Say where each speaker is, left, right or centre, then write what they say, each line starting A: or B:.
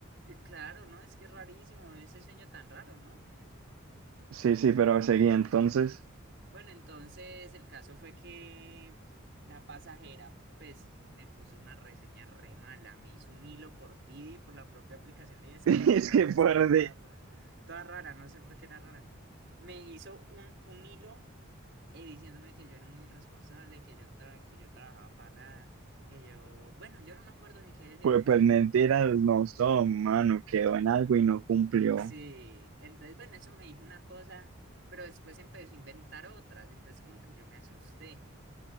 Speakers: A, on the right; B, on the right.
A: y- y claro, ¿no? Es que es rarísimo ese sueño tan raro, ¿no?
B: Sí, sí, pero seguí entonces.
A: Bueno, entonces el caso fue que la pasajera, pues, me puso una reseña re mala. Me hizo un hilo por Didi, por la propia aplicación Didi.
B: <laughs>
A: Es que
B: Es
A: esa aplicación
B: que
A: está
B: fuerte
A: toda rara, toda rara, no sé por qué era rara. Me hizo un, un hilo eh, diciéndome que yo era un irresponsable, que yo, tra- que yo trabajaba para nada, que yo... Bueno, yo no me acuerdo ni qué decía
B: Pues,
A: el mensaje,
B: pues mentiras
A: pero
B: no son, mano. Quedó en algo y no cumplió.
A: sí. Entonces, bueno, eso me dijo una cosa, pero después empezó a inventar otras. Entonces, como que yo me asusté.